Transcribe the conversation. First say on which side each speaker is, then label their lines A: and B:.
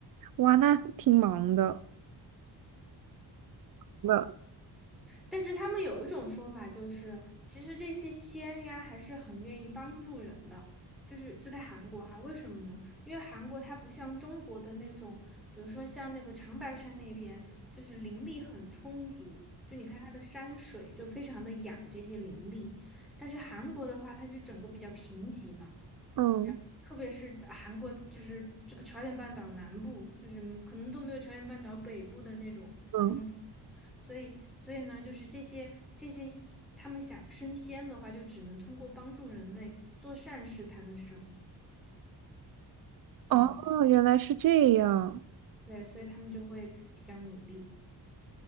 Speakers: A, on the right; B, in the centre.
A: 哇，那挺忙的。的，
B: 但是他们有一种说法，就是其实这些仙呀还是很愿意帮助人的，就是就在韩国哈，为什么呢？因为韩国它不像中国的那种，比如说像那个长白山那边，就是灵力很充足，就你看它的山水就非常的养这些灵力，但是韩国的话，它就整个比较贫瘠嘛。
A: 嗯
B: 然后特别是啊韩国，就是这个朝鲜半岛南部，就是可能都没有朝鲜半岛北部的那种。
A: 嗯，
B: 风景。所以，所以呢，就是这些这些西他们想升仙的话，就只能通过帮助人类做善事才能升。
A: 哦，
B: 嗯，
A: 原来是这样。
B: 对，所以他们就会比较努力。